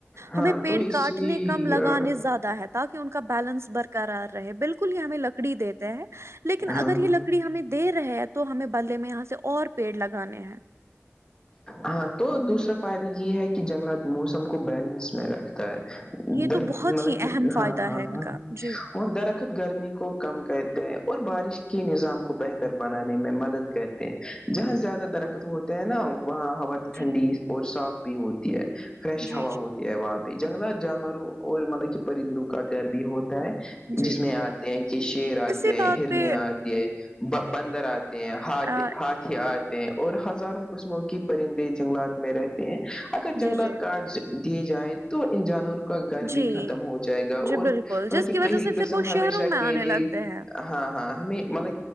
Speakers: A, on the left; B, on the right.
A: ہاں
B: ہمیں پیڑ
A: تو اسی
B: کاٹنے کم لگانے
A: ہاں
B: زیادہ ہے کہ ان کا بیلنس برقرار رہے بالکل یہ ہمیں لگتا لکڑی دیتے ہیں لیکن
A: ہاں
B: اگر یہ لکڑی ہمیں دے رہے ہیں تو ہمیں بلے میں یہاں سے سے اور پیڑ لگانے ہیں
A: ہاں تو دوسرا فائدہ یہ ہے کہ جنگلات موسم کو بیلنس میں رکھتا ہے
B: یہ
A: در
B: تو بہت
A: مطلب
B: ہی
A: کہ
B: اہم فائدہ
A: ہاں ہاں
B: ہے ان
A: ہاں
B: کا جی
A: وہ درخت گرمی کو کم کرتے ہیں اور بارش کے نظام کو بہتر بنانے میں مدد کرتے جہاں سے زیادہ درخت ہوتا ہے نا وہاں ہوا
B: جی
A: ٹھنڈی اور صاف بھی ہوتی ہے فریش
B: جی
A: ہوا
B: جی
A: ہوتی ہے وہاں پہ جنگلات جانوروں اور مطلب کہ پرندوں کا گھر بھی ہوتا ہے
B: جی
A: جس میں آتے ہیں کہ شیر آتے
B: اسی
A: ہیں
B: بات
A: ہرن
B: پہ
A: آتی ہے بندر آتے ہیں ہج
B: ہ
A: آتے ہیں اور ہزاروں قسموں کی پرندے جنگلات میں رہتے ہیں اگر جنگلات
B: جی جی
A: کارڈ دیے جائیں تو ان جانوروں کو کا گھر
B: جی
A: بھی ختم ہو جائے گا اور
B: جی بالکل
A: مطلب
B: جس
A: کہ
B: کی وجہ
A: کئی
B: سے پھر
A: قسم
B: وہ
A: ہمیشہ
B: شہروں میں آنے
A: کے لیے
B: لگتے ہیں
A: ہاں ہاں ہمیں مل